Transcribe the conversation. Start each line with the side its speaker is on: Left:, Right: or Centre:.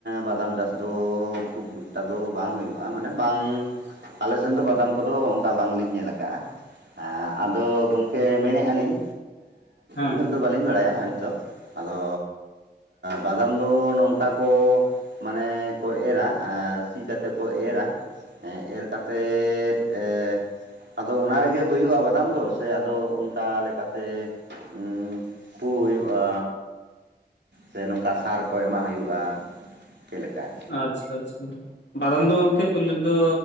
Right: ᱵᱟᱫᱟᱢ ᱪᱟᱥᱫᱚ ᱠᱷᱩᱵᱼᱼ ᱮᱴᱟ ᱫᱚ ᱵᱟᱝ ᱦᱩᱭᱩᱜᱼᱟ ᱢᱟᱱᱮ ᱵᱟᱝ ᱟᱞᱮ ᱥᱮᱱ ᱫᱚ ᱵᱟᱫᱟᱢ ᱠᱚᱫᱚ ᱚᱱᱠᱟ ᱵᱟᱝ ᱞᱤᱧ ᱧᱮᱞ ᱟᱠᱟᱜᱼᱟ᱾ ᱟᱫᱚ ᱜᱚᱝᱠᱮ ᱢᱮᱱᱮᱫᱼᱟ ᱞᱤᱧ
Left: ᱦᱮᱸ
Right: ᱩᱱᱟᱹᱜ ᱫᱚᱼᱼ ᱵᱟᱹᱞᱤᱧ ᱵᱟᱲᱟᱭᱟ ᱦᱚᱭᱛᱳ ᱟᱫᱚ ᱵᱟᱫᱟᱢ ᱫᱚ ᱱᱚᱝᱼᱠᱟ ᱠᱚ ᱢᱟᱱᱮ ᱠᱚ ᱮᱨᱟ ᱟᱨ ᱥᱤ ᱠᱟᱛᱮ ᱠᱚ ᱮᱨᱟ᱾ ᱦᱮᱸ ᱮᱨ ᱠᱟᱛᱮᱜ ᱮ ᱟᱫᱚ ᱚᱱᱟ ᱨᱮᱜᱮ ᱦᱩᱭᱩᱜᱼᱟ ᱵᱟᱫᱟᱢ ᱫᱚ ᱥᱮ ᱟᱫᱚ ᱚᱱᱠᱟ ᱞᱮᱠᱟᱛᱮ ᱩᱸ ᱯᱩ ᱦᱩᱭᱩᱜᱼᱟ᱾ ᱥᱮ ᱱᱚᱝᱠᱟ ᱥᱟᱨ ᱠᱚ ᱮᱢᱟᱜ ᱦᱩᱭᱩᱜᱼᱟ᱾ ᱪᱮᱫ ᱞᱮᱠᱟ ᱟᱨ?
Left: ᱟᱪᱷᱟ ᱟᱪᱷᱟ ᱾ ᱵᱟᱫᱟᱢ ᱫᱚ ᱜᱚᱝᱠᱮ ᱯᱳᱭᱞᱳ ᱫᱚ